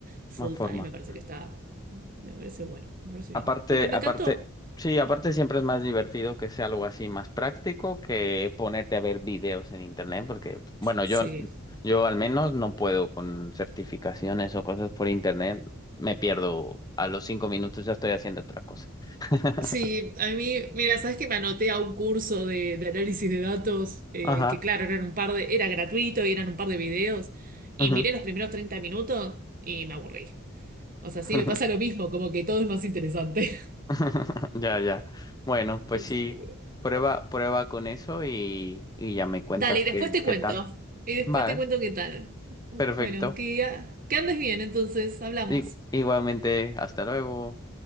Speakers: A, on the right; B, on the left.
A: full
B: más forma.
A: time, me parece que está, me parece bueno, me parece
B: Aparte,
A: bien. Bueno, me
B: aparte,
A: encantó.
B: sí, aparte siempre es más divertido que sea algo así más práctico que ponerte a ver videos en internet, porque, bueno,
A: Sí.
B: yo, yo al menos no puedo con certificaciones o cosas por internet. Me pierdo a los cinco minutos, ya estoy haciendo otra cosa. <laughs>
A: Sí, a mí, mira, sabes que me anoté a un curso de, de análisis de datos, eh,
B: Ajá.
A: que claro, eran un par de, era gratuito y eran un par de videos, y
B: ujú.
A: miré los primeros 30 minutos y me aburrí. O sea, sí,
B: <laughs>
A: me pasa lo mismo, como que todo es más interesante.
B: <laughs> Ya, ya. Bueno,
A: <laughs>
B: pues
A: Así
B: sí,
A: que bueno.
B: prueba, prueba con eso y, y ya me cuentas
A: Dale, y
B: qué,
A: después te
B: qué
A: cuento.
B: tal.
A: Y después
B: Vale,
A: te cuento qué tal.
B: perfecto.
A: Bueno, que, ah, que andes bien, entonces, hablamos.
B: Igu- Igualmente, hasta luego.